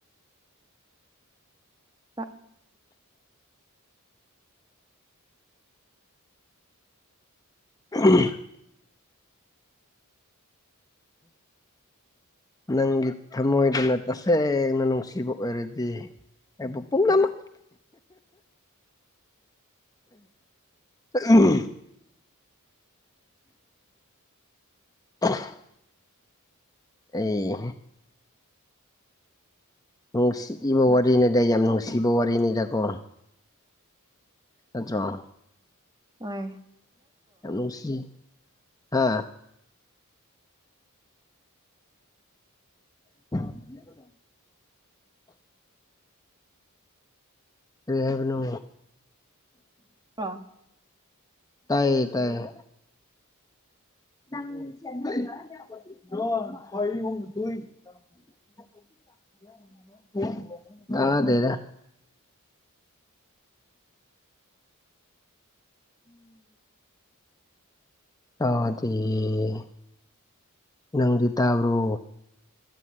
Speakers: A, on the right; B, on the left.
A: ꯑ
B: ꯎ <unintelligible> ꯎ ꯅꯪꯒꯤ ꯊꯃꯣꯏꯗꯅ ꯇꯁꯦꯡꯅ ꯅꯨꯡꯁꯤꯕ ꯑꯣꯏꯔꯗꯤ ꯑꯩꯕꯨ ꯄꯨꯝꯅꯃꯛ ꯎ ꯎꯝ <inaudible> ꯑꯩ ꯅꯨꯡꯁꯤꯏꯕ ꯋꯥꯔꯤꯅꯤꯗ ꯌꯥꯝ ꯅꯨꯡꯁꯤꯕ ꯋꯥꯔꯤꯅꯤꯗꯀꯣ ꯅꯠꯇ꯭ꯔꯣ
A: ꯍꯣꯏ
B: <unintelligible> <inaudible> ꯀꯔꯤ ꯍꯥꯏꯕꯅꯣ?
A: <unintelligible>
B: ꯇꯥꯏꯌꯦ ꯇꯥꯏꯌꯦ <unintelligible> ꯇꯥꯗꯦꯗ <unintelligible> <inaudible> ꯇꯥꯗꯤꯌꯦ, ꯅꯪꯗꯤ ꯇꯥꯕ꯭ꯔꯣ?